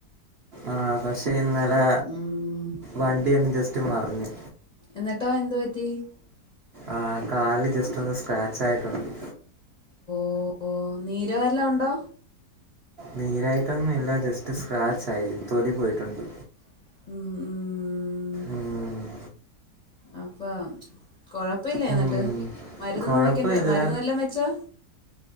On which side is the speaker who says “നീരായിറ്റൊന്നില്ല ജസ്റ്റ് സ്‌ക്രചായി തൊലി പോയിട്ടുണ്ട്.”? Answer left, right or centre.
Right